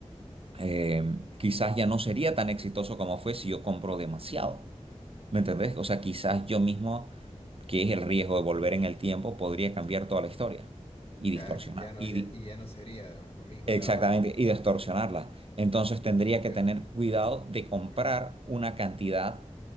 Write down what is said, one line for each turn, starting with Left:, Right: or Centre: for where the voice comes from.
Right: eh, quizás ya no sería tan exitoso como fue si yo compro demasiado. ¿Me entendés? O sea, quizás yo mismo, que es el riesgo de volver en el tiempo, podría cambiar toda la historia y
Left: ya
Right: distorsionar.
Left: que- ya no,
Right: Y
Left: ya-
Right: di-
Left: y ya no sería ¿no? lo mismo
Right: exactamente,
Left: de ahora.
Right: y distorsionarla. Entonces tendría que
Left: Yo-
Right: tener cuidado de comprar
Left: ujú.
Right: una cantidad